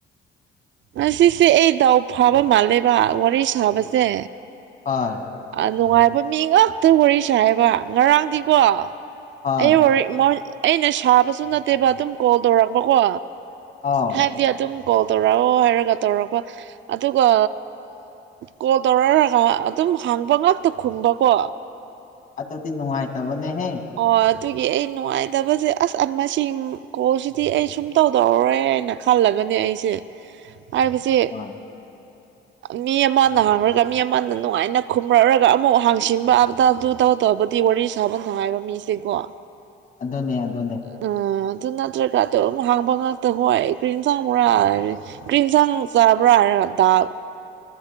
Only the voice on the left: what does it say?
ꯍ
ꯍꯣꯏ
ꯑꯥꯎ
ꯑꯗꯨꯕꯨꯗꯤ ꯅꯨꯡꯉꯥꯏꯇꯕꯅꯦꯍꯦ
ꯑꯥ
ꯑꯗꯨꯅꯦ ꯑꯗꯨꯅꯦ